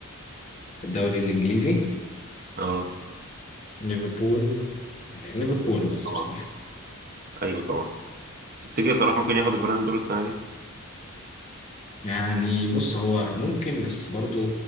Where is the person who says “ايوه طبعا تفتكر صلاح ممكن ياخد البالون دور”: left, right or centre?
Right